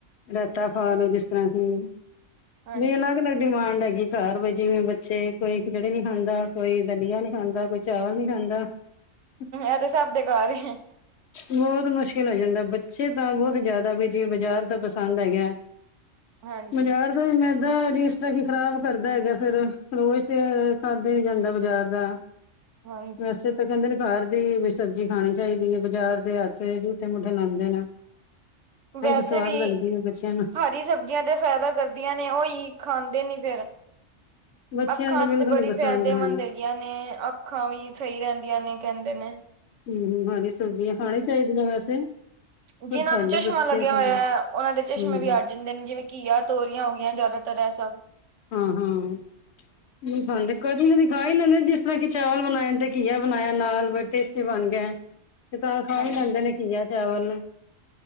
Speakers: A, on the left; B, on the right.
A: ਰੈਤਾ ਪਾਲੋ, ਜਿਸ ਤਰ੍ਹਾਂ ਕਿ
B: ਹਾਂਜੀ,
A: ਅਲਗ-ਅਲਗ, ਡਿਮਾਂਡ ਆਈ ਏ। ਘਰ ਵ ਜਿਵੇਂ ਬੱਚੇ, ਕੋਈ ਖਿਚੜੀ ਨੀ ਖਾਂਦਾ, ਕੋਈ ਦਲੀਆ ਨੀ ਖਾਂਦਾ, ਕੋਈ ਚਾਵਲ ਨੀ ਖਾਂਦਾ। <inaudible>
B: ਐਤੇ ਸਭ ਦੇ ਘਰ ਏ, ਹ
A: ਬੋਤ ਮੁਸ਼ਕਿਲ ਹੋ ਜਾਂਦਾ, ਬੱ ਅੱਛੇ ਤਾਂ ਬਹੁਤ ਜਿਆਦਾ ਵੀ ਜੀ ਬਜ਼ਾਰ ਤਾਂ ਪਸੰਦ ਹੈਗਾ,
B: ਹਾਂਜੀ।
A: ਬਜ਼ਾਰ ਮੈਦਾ ਜ ਇਸ ਤਰ੍ਹਾਂ ਕੀ ਖ਼ਰਾਬ ਕਰਦਾ ਹੈਗਾ ਫੇਰ, ਰੋਜ਼ ਤੇ ਖਾਧੇ ਨੀ ਜਾਂਦਾ ਬਜ਼ਾਰ ਦਾ।
B: ਹਾਂਜੀ
A: ਵੈਸੇ ਤੇ ਕਹਿੰਦੇ ਨੇ ਘਰ ਦੀ ਵੀ ਸਬਜ਼ੀ ਖਾਣੀ ਚਾਹੀਦੀ ਏ, ਬਜ਼ਾਰ ਦੇ ਹੱਥ ਜੂਠੇ-ਮੂਠੇ ਲਾਂਦੇ ਨੇ। <inaudible>
B: ਵੈਸੇ
A: ਸਵਾਦ
B: ਵੀ
A: ਲੱਗਦੀ ਹੈ ਬੱਚਿਆਂ ਨੂੰ
B: ਹਰੀ ਸਬਜ਼ੀਆਂ ਤੇ ਫਾਇਦਾ ਕਰਦੀਆਂ ਨੇ, ਓਈ ਖਾਂਦੇ ਨੀ ਫਿਰ।
A: ਬੱਚਿਆਂ
B: ਅੱਖਾਂ
A: ਨੂੰ ਤਾਂ
B: ਆਸਤੇ
A: ਬਿਲਕੁਲ
B: ਬੜੀ
A: ਨੀ ਪਸੰਦ
B: ਫਾਇਦੇਮੰਦ
A: ਹੈ
B: ਹੈਗੀਆਂ ਨੇ, ਅੱਖਾਂ ਵੀ ਸਹੀ ਰਹਿੰਦੀਆਂ ਨੇ ਕਹਿੰਦੇ ਨੇ।
A: ਹੂੰ, ਹੂੰ ਹਰੀ ਸਬਜ਼ੀਆਂ ਖਾਣੀ ਚਾਹੀਦੀਆਂ ਵੈਸੇ। ਪਰ
B: ਜਿਹਨਾਂ
A: ਸਾਡੇ
B: ਨੂੰ ਚਸ਼ਮਾ
A: ਬੱਚੇ
B: ਲੱਗਿਆ
A: ਤਾਂ
B: ਹੋਇਆ, ਉਹਨਾਂ ਦੇ
A: ਹੂੰ-ਹੂੰ
B: ਚਸ਼ਮੇ ਵੀ ਹਟ ਜਾਂਦੇ ਨੇ, ਜਿਵੇਂ ਘੀਆ, ਤੋਰੀਆਂ ਹੋ ਗਈਆਂ ਜ਼ਿਆਦਾਤਰ ਐ ਸਭ।
A: ਹਾਂ-ਹਾਂ। ਨਹੀ ਖਾਂਦੇ, ਕਦੀ-ਕਦੀ ਖਾਈ ਲੈਂਦੇ ਨ, ਜਿਸ ਤਰ੍ਹਾਂ ਕਿ ਚਾਵਲ ਬਣਾਏ ਤੇ ਘੀਆ ਬਣਾਇਆ ਨਾਲ, ਵੀ ਟੇਸਟੀ ਬਣ ਗੇ। ਤੇ ਤਾਂ ਖਾਈ
B: ਹਾਂਜੀ।
A: ਲੈਂਦੇ ਨ, ਘੀਆ-ਚਾਵਲ।